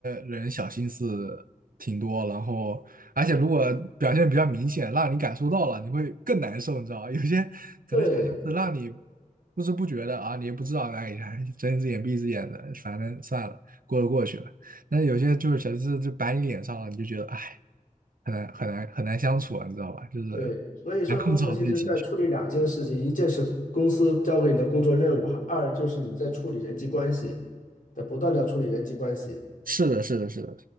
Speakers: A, on the right; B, on the left.
A: 人小心思挺多，然后而且如果表现比较明显，让你感受到了，你会更难受，你知道吧？有些可能小心思让你
B: 对，
A: 不知不觉的啊，你也不知道，哎呀，睁一只眼闭一只眼的，反正算了，过了过去了。但是有些就是小心思就摆你脸上了，你就觉得哎，很难很难很难相处啊你知道吧？就是
B: 对，所以说工作其实在处理两件事情，
A: 难控制好自己的情绪。
B: 一件是公司交给你的工作任务，二就是你在处理人际关系，在不断的处理人际关系。
A: 是的，是的，是的，